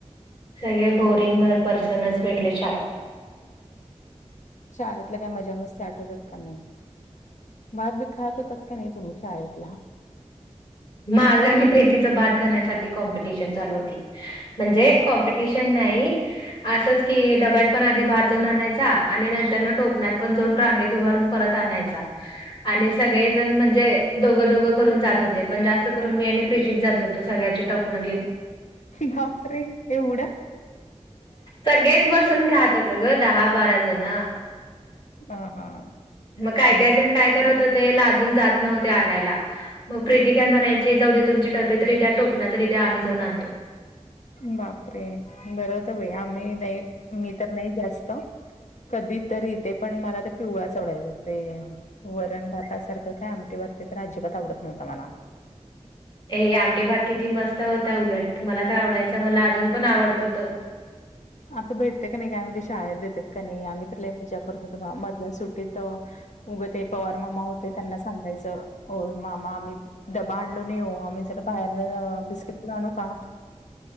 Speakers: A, on the left; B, on the left.
A: सगळे बोरिंग पर्सनच भेटले शाळेत
B: शाळेतल्या काही मजा मस्ती आठवतात का नाही. बाात बीत खाो तक का नाही त मुे आय कि
A: माझ प्री भात खाण्यासाठी कॉमपटिशन चालू होती म्हण क चेनई असंच की डब्यात पण आधी भात जाऊन आणायचा आणि नंतरन टोपण्यातत पण जाऊन रांगेत उभारून परत य आणि सगळे जण म्हणजे दोघ दोघं करून जात होते. पण जास्त करून मी आणि प्रीतीत जात होतो सगळ्याचे टपनं घेऊन.
B: बाप रे एवढं.
A: सगळेच बसून खात होत ग दहा बारा जण.
B: अ हा
A: मग काय
B: आम
A: काय जण काय करत होते अजून जात नव्हते आणायला मग प्रीती काय म्हणायचे जाऊ दे तुमचे टबे तरी द्या टोपणा तरी द्याम्ही जाऊन आणतो.
B: बापरे बर होत भाई आम्ही नाही मी तर नाही जास्त कधी तरी इथे पण मला ते पिवळाच आवडायचं ते वरण भातासारखं काय आमटे भात ते तर अजिबात आवडत नव्हता मला
A: ए आमटे भात किती मस्त होता उलट मला तर आवडायचा मला अजून पण आवडतो तो
B: आता भेटते का नाही का आम्ही ते शाळेत देतेत का नाही आम्ही त ल मजा करत होतो बा मधल्या सुटीत उग ते पवार मामा होते त्यांना सांगायचं, हो मामा आम्ही डबा आणलो नाही हो आम्ही जरा बाहेरन बिस्किट प आणू का?